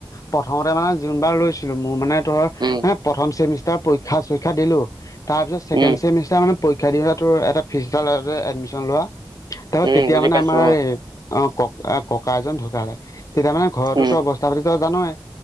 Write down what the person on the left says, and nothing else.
প্ৰথমতে মানে যোনবাৰ লৈছিলোঁ মোৰ মানে ধৰ
মানে প্ৰথম চেমিষ্টাৰ, পৰীক্ষী চৰীক্ষা দিলো তাৰ পিছত ছেকেণ্ড
ছেমিষ্টাৰ মানে পৰীক্ষা দিওতে তোৰ এটা ফিছ এটা লয় যে লোৱা তাৰপিছত
তেতিয়া
মানে
আমাৰ
এই, অ ক ককা এজন ঢুকালে তেতিয়া মানে ঘৰতো
তো অৱস্থা পাতিতো জানৱই,